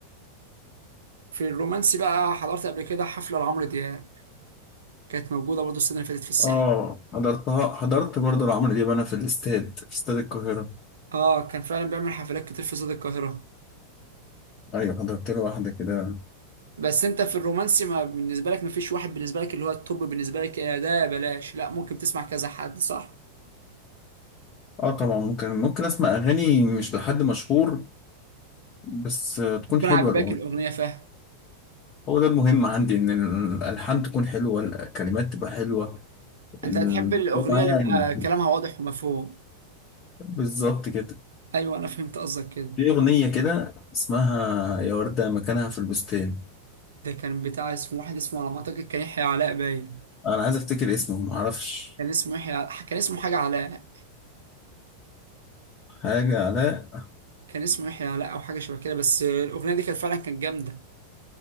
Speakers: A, on the right; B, on the left.
A: في الرومانسي بقى حضرت قبل كده حفله لعمرو دياب كانت موجوده برضو السنه اللي فاتت في الساحل
B: اه حضرتها حضرت برضه لعمرو دياب انا في الاستاد في استاد القاهره
A: اه كان فعلا بيعمل حفلات كتير في استاد القاهره
B: ايوه حضرت له واحده كده
A: بس انت في الرومانسي ما بالنسبه لك ما فيش واحد بالنسبه لك اللي هو التوب بالنسبه لك يا ده يا بلاش لا ممكن تسمع كذا حد صح
B: اه طبعا ممكن ممكن اسمع اغاني مش لحد مشهور بس آه، تكون
A: يكون
B: حلوه
A: عاجباك
B: الاغنيه
A: الاغنيه فاهم
B: هو ده المهم عندي ان الالحان تكون حلوه الكلمات تبقى حلوه ال-
A: انت هتحب الاغنيه
B: معايا
A: اللي يبقى
B: يعني
A: كلامها واضح ومفهوم
B: بالظبط كده
A: ايوه انا فهمت قصدك كده
B: في أغنية كده اسمها يا وردة مكانها في البستان
A: ده كان بتاع اسمه واحد اسمه على ما اعتقد كان يحيى علاء باين
B: أنا عايز أفتكر اسمه معرفش
A: كان اسمه يحيى علاء كان اسمه حاجه علاء
B: حاجة علاء
A: كان اسمه يحيى علاء او حاجه شبه كده بس الاغنيه دي كانت فعلا كانت جامده